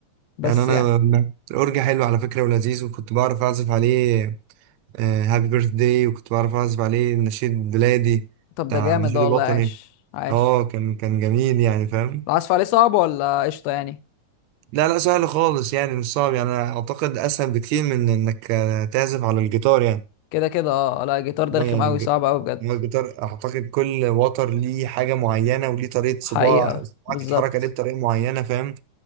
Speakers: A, on the left; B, on the right.
A: بس
B: يعني انا
A: يعني
B: أنا- الاورج حلو على فكره ولذيذ وكنت بعرف اعزف عليه هابي بيرث داي وكنت بعرف اعزف عليه النشيد البلادي
A: طب
B: بتاع
A: ده جامد
B: النشيد
A: ده والله
B: الوطني
A: عاش عاش
B: اه كان كان جميل يعني فاهم
A: العزف عليه صعب ولا قشطه يعني
B: لا لا سهل خالص يعني مش صعب يعني انا اعتقد اسهل بكتير من انك آه، تعزف على الجيتار يعني
A: كده كده اه لا الجيتار ده رخم
B: اه يعني
A: قوي
B: الج-
A: صعب قوي بجد
B: هو الجيتار اعتقد كل وتر ليه حاجه معينه وليه طريقه صباع
A: حقيقه
B: صباعك
A: بالظبط
B: تتحرك عليه بطريقه معينه فاهم